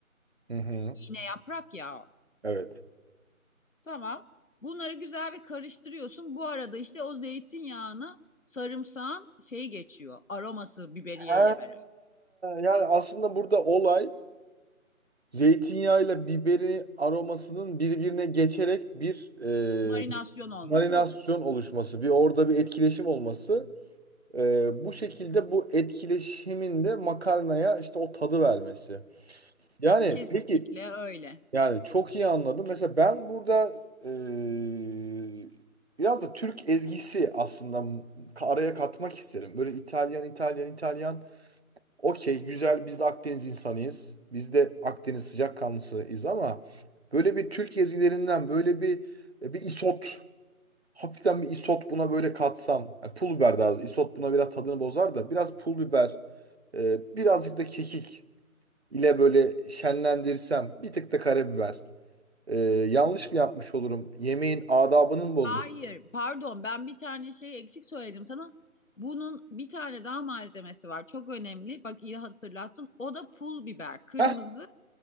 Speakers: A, on the right; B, on the left.
A: Hı hı.
B: İğne yaprak ya o.
A: Evet.
B: Tamam. Bunları güzel bir karıştırıyorsun. Bu arada işte o zeytinyağını sarımsağın şey geçiyor. Aroması biberiye
A: Ha,
B: beraber.
A: yani aslında burada olay zeytinyağıyla biberin aromasının birbirine geçerek bir
B: Marinasyon
A: e,
B: olması
A: marinasyon
B: gibi.
A: oluşması, bir orada bir etkileşim olması. E, bu şekilde bu etkileşimin de makarnaya işte o tadı vermesi. Yani
B: Kesinlikle
A: peki
B: öyle.
A: yani çok iyi anladım. Mesela ben burada eee, biraz da Türk ezgisi aslında araya katmak isterim. Böyle İtalyan İtalyan İtalyan okey güzel biz de Akdeniz insanıyız. Biz de Akdeniz sıcakkanlısıyız ama böyle bir Türk ezgilerinden böyle bir e, bir isot hafiften bir isot buna böyle katsam. Yani pul biber daha doğrusu. isot buna biraz tadını bozar da biraz pul biber eee, birazcık da kekik ile böyle şenlendirsem bir tık da karabiber. Ee, yanlış mı yapmış olurum? Yemeğin adabını mı bozmuş?
B: Hayır, pardon ben bir tane şey eksik söyledim sana. Bunun bir tane daha malzemesi var. Çok önemli. Bak iyi hatırlattın. O da pul biber. Kırmızı
A: Heh,